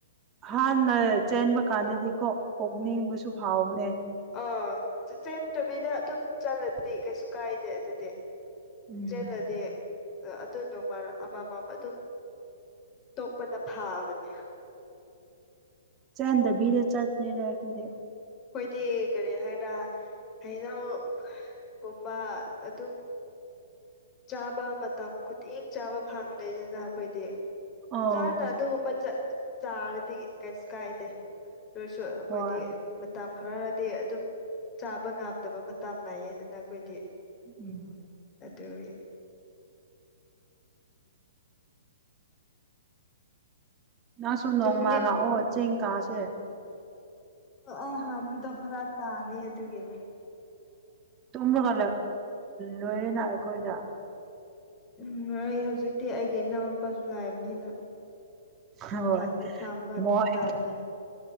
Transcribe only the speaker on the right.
ꯍꯥꯥꯟ ꯅ ꯆꯟꯕ ꯀꯥꯟꯗꯗꯤ ꯀꯣ ꯑꯣꯣꯛꯅꯤꯡꯕꯁꯨ ꯐꯥꯎꯕꯅꯦ
ꯎꯝ
ꯆꯗꯕꯤꯔ ꯆꯠꯅꯦꯔꯅꯗꯤ
ꯑꯥ
ꯍꯣꯏ
ꯎꯝ
ꯅꯪꯁꯨꯨꯝ ꯅꯣꯡꯃꯜ
ꯂꯥꯛꯑꯣ ꯆꯦꯡ ꯀꯥꯁꯦ
ꯇꯨꯝꯃꯒ ꯂꯣꯏꯔꯦꯅ ꯑꯩꯈꯣꯏꯗ
ꯍꯣꯏ
ꯃꯣꯏ